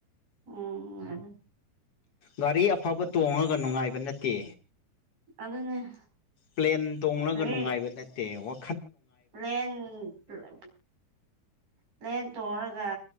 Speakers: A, on the right; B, on the left.
A: ꯑꯣ
B: ꯒꯥꯔꯤ ꯑꯐꯕ ꯇꯣꯡꯉꯒ ꯅꯨꯡꯉꯥꯏꯕ ꯅꯠꯇꯦ
A: ꯑꯗꯨꯅꯦ
B: ꯄ꯭ꯂꯦꯟ ꯇꯣꯡꯂꯒ
A: ꯋꯥꯔꯤ
B: ꯅꯨꯡꯉꯥꯏꯕ ꯅꯠꯇꯦ ꯋꯥ
A: ꯄ꯭ꯂꯦꯟ ꯄꯂ‌ꯦ ꯄ꯭ꯂꯦꯟ ꯇꯣꯡꯉꯒ